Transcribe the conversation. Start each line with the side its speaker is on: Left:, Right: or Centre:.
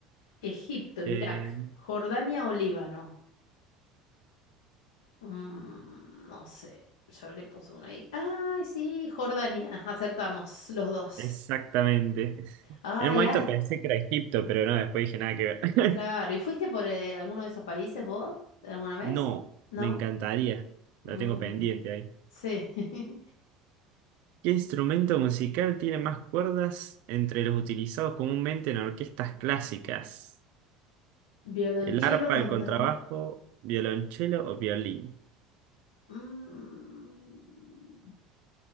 Left: Egipto,
Right: Eh,
Left: Irak, Jordania o Líbano. Mm, no sé, yo le puse uno ahí. Ay, sí, Jordania, acertamos los dos.
Right: exactamente.
Left: Ah,
Right: En un
Left: ya,
Right: momento pensé que era Egipto, pero no, después dije nada que ver. <laughs>
Left: claro. ¿Y fuiste por eh, alguno de esos países vos alguna vez?
Right: No,
Left: ¿No?
Right: me encantaría. La
Left: Mm,
Right: tengo pendiente ahí.
Left: sí, <laughs>
Right: ¿Qué instrumento musical tiene más cuerdas entre los utilizados comúnmente en orquestas clásicas?
Left: violonchelo
Right: ¿El arpa,
Left: contra...
Right: el contrabajo, violonchelo o violín?
Left: Mm.